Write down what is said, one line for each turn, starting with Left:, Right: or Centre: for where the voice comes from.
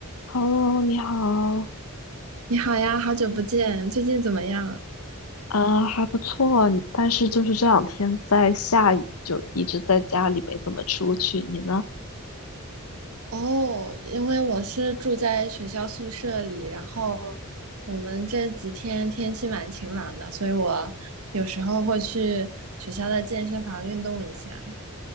Left: Hello，你好，
Right: 你好呀，好久不见，最近怎么样？
Left: 呃，还不错，但是就是这两天在下雨，就一直在家里没怎么出去。你呢？
Right: 哦，因为我是住在学校宿舍里，然后我们这几天天气蛮晴朗的，所以我有时候会去学校的健身房运动一下。